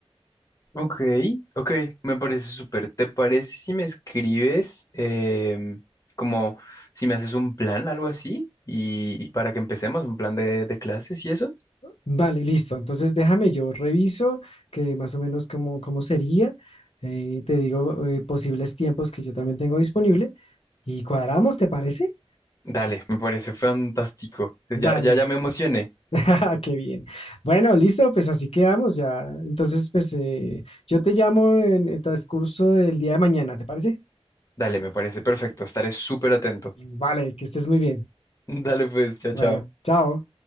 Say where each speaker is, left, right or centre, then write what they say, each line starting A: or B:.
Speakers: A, on the left (about 30°); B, on the left (about 65°).
A: Ok, ok, me parece súper. ¿Te parece si me escribes em, como si me haces un plan, algo así? Y para que empecemos, un plan de, de clases y eso.
B: Vale, listo. Entonces déjame, yo reviso que más o menos cómo, cómo sería. eh, te digo eh, posibles tiempos que yo también tengo disponible y cuadramos, ¿te parece?
A: Dale, me parece fantástico. Ya,
B: Dale,
A: ya, ya me emocioné.
B: <laughs> qué bien. Bueno, listo, pues así quedamos ya. Entonces, pues eh, yo te llamo en el transcurso del día de mañana, ¿te parece?
A: Dale, me parece perfecto. Estaré súper atento.
B: Vale, que estés muy bien.
A: <laughs> Dale pues, chao,
B: Bueno,
A: chao.
B: chao.